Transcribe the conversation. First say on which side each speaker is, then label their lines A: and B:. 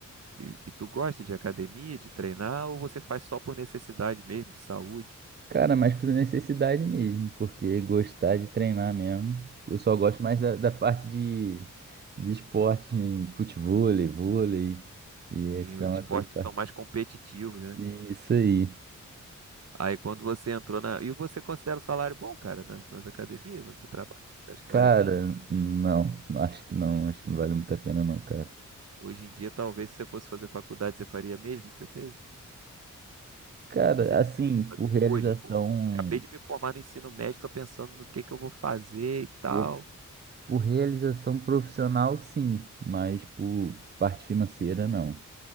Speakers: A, on the right; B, on the right.
A: E, e tu gosta de academia, de treinar, ou você faz só por necessidade mesmo, de saúde?
B: Cara, mas por necessidade mesmo, porque gostar de treinar mesmo. Eu só gosto mais da, da parte de, de esporte, de futevôlei, vôlei, e
A: Tem
B: são
A: os esportes
B: essas partes.
A: que são mais competitivos, né?
B: Isso aí.
A: Aí quando você entrou na. E você considera o salário bom, cara, na- nas academias onde você trabalha? Acho que
B: Cara,
A: vale a pena?
B: não, acho que não, acho que não vale muito a pena não, cara.
A: Hoje em dia, talvez, se você fosse fazer faculdade, você faria mesmo o que você fez?
B: Cara,
A: Não sei o
B: assim,
A: que eu
B: por
A: vou fazer
B: realização,
A: hoje, pô. Acabei de me formar no ensino médio, tô pensando no que que eu vou fazer e tal.
B: por, por realização profissional, sim, mas por parte financeira, não.